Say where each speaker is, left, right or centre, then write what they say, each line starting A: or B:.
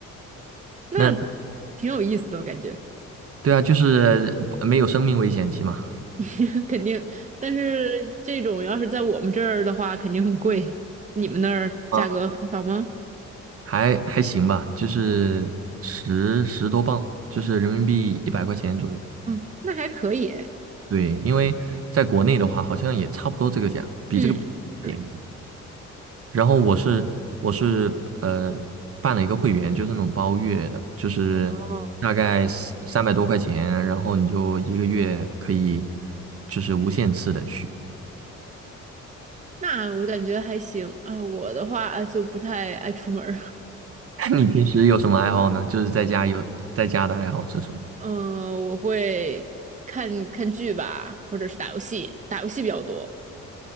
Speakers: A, on the right; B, on the right.
A: 那
B: 那
A: 挺有意思的感觉，
B: 对啊，就是不没有生命危险期嘛，
A: <laughs> 肯定。但是这种要是在我们这儿的话，肯定很贵。你们那儿价格还好吗？
B: 啊，<laughs> 还还行吧，就是十十多磅，就是人民币一百块钱左右。
A: 嗯，那还可以诶。
B: 对，因为在国内的话，好像也差不多这个价，比这个一点。
A: 嗯，是，
B: 然后我是我是呃办了一个会员，就是那种包月的，就是大概三三百多块钱，
A: 哦
B: 然后你就一个月可以就是无限次的去。
A: 那我感觉还行。哎，我的话啊就不太爱出门儿，
B: <laughs> 你平时有什么爱好呢？就是在家有在家的爱好是什么？
A: <laughs> 嗯我会看看剧吧，或者是打游戏，打游戏比较多。